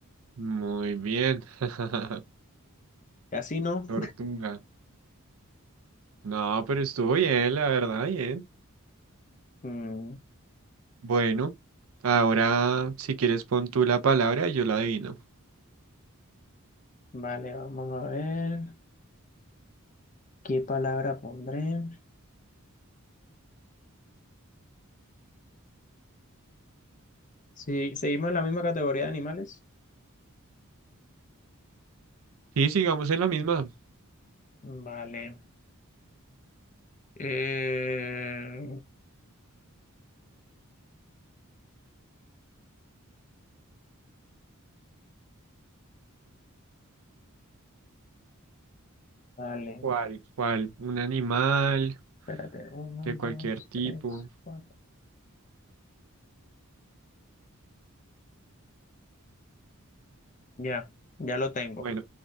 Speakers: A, on the right (about 70°); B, on the left (about 35°).
A: Muy bien. <laughs>
B: Casi no.
A: Tortuga. No, pero estuvo bien, la verdad, bien.
B: Mm,
A: Bueno, ahora si quieres pon tú la palabra y yo la adivino.
B: vale, vamos a ver. ¿Qué palabra pondré? Sí, seguimos en la misma categoría de animales.
A: Sí, sigamos en la misma.
B: Vale. Eh, vale.
A: ¿Cuál? ¿Cuál? Un animal
B: Espérate, uno,
A: de
B: dos,
A: cualquier tipo.
B: tres, cuatro. Ya, ya lo tengo.
A: Bueno,